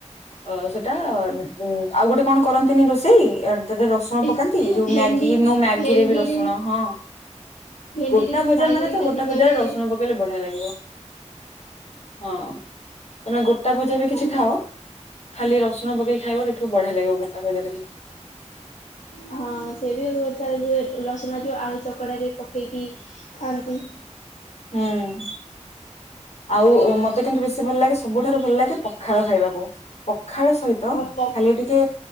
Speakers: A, on the left; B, on the left.
A: ଅ ସେଟା ଉୁଁ ଆଉ ଗୋଟେ କଣ କରନ୍ତିନି ରୋଷେଇ ତା ଦେହରେ ରସୁଣ
B: ଏ
A: ପକାନ୍ତି
B: ଏ
A: ଯୋଉ
B: ଭେଣ୍ଡି
A: ମ୍ୟାଗି ନୁ ମ୍ୟାଗିରେ
B: ଭେଣ୍ଡିରେ
A: ବି ରସୁଣ ହଁ।
B: ଭେଣ୍ଡିରେ
A: ଗୋଟା
B: ଯୋଉ
A: ଭଜା
B: ଫ୍ରାଏ
A: ମାନେ
B: କରିକି
A: ତ ଗୋଟା
B: ତା ଭିତରେ
A: ଭଜାରେ ରସୁଣ ପକେଇଲେ ବଢିଆ ଲାଗିବ ହଁ। ତମେ ଗୋଟା ଭଜା
B: ଖାଆନ୍ତି।
A: ବି କିଛି ଖାଅ? ଖାଲି ରସୁଣ ପକେଇକି ଖାଇବ ଦେଖିବ ବଢିଆ ଲାଗିବ ଗୋଟା ଭଜାରେ ବି।
B: ହଁ ସେବି <unintelligible> ରସୁଣ ଯୋଉ ଆଳୁ ଚକଡ଼ାରେ ପକେଇକି ଖାଆନ୍ତି।
A: ହୁଁ। ଆଉ ମତେ କିନ୍ତୁ ବେଶୀ ଭଲ ଲାଗେ ସବୁଠାରୁ ଭଲ ଲାଗେ ପଖାଳ ଖାଇବାକୁ ପଖାଳ ସହି ତ
B: ହଁ ପ
A: ଖାଲି ଟିକେ